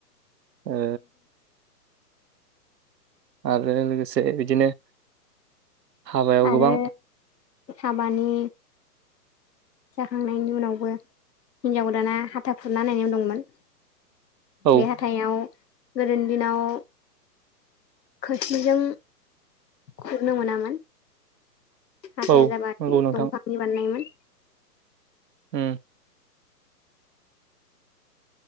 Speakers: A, on the right; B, on the left.
A: ओ आरो लोगोसे बिदिनो हाबायाव
B: आरो
A: गोबां
B: हाबानि जाखांनायनि उनावबो हिनजाव गोदाना हाथा खुरना सोनार नेम दंमोन
A: औ
B: बे हाथायाव गोदोनि दिनाव खोस्लिजों खुरनो मोनामोन हाथाया
A: औ
B: जाबाय
A: नंगौ नोंथां
B: दंफांनि बानायनायमोन
A: ओम